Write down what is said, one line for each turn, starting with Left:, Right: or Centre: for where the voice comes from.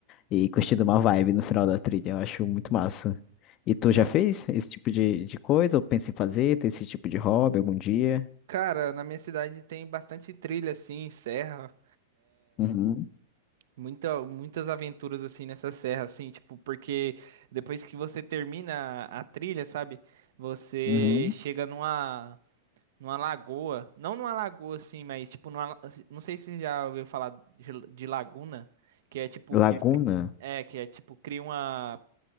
Left: e curtindo uma vibe no final da trilha. Eu acho muito massa. E tu
Right: Ca-
Left: já fez esse tipo de, de coisa? Ou pensa em fazer? Tem esse tipo de hobby algum dia?
Right: Cara, na minha cidade tem bastante trilha assim, serra.
Left: Uhum,
Right: Muita, muitas aventuras assim nessa serra, assim, tipo, porque depois que você termina a trilha, sabe? Você
Left: uhum.
Right: chega numa, numa lagoa, não numa lagoa assim, mas tipo, numa, não sei se você já ouviu falar de, de laguna, que é tipo,
Left: Laguna?
Right: é, que é tipo, cria uma,